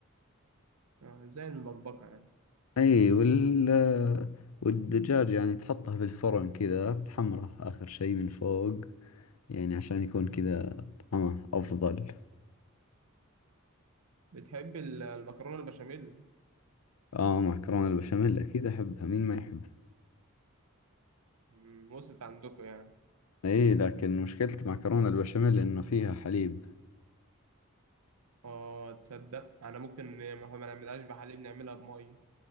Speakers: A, on the right (about 85°); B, on the left (about 80°).
A: آه، زي المبكبكه يعني
B: أي وال آه، والدجاج يعني تحطه بالفرن كذا تحمره آخر شي من فوق يعني عشان يكون كذا طعمه أفضل
A: بتحب ال- المكرونه البشاميل
B: آه معكرونة البشاميل أكيد أحبها مين ما يحبها
A: مم، وصلت عندكم يعني
B: أي لكن مشكلة معكرونة البشاميل إنه فيها حليب
A: اه تصدق انا ممكن ما ما نعملهاش بحليب نعملها بميه